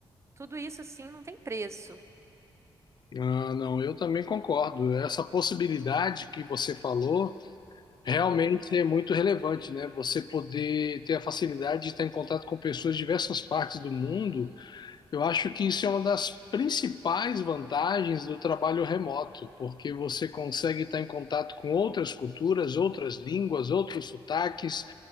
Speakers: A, on the right; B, on the left.
A: Tudo isso, sim, não tem preço.
B: Ah, não, eu também concordo. Essa possibilidade que você falou realmente
A: Uhum,
B: é muito relevante, né? Você poder ter a facilidade de estar em contato com pessoas de diversas partes do mundo Eu acho que isso é uma das principais vantagens do trabalho remoto, porque você consegue estar em contato com outras culturas, outras línguas, outros sotaques,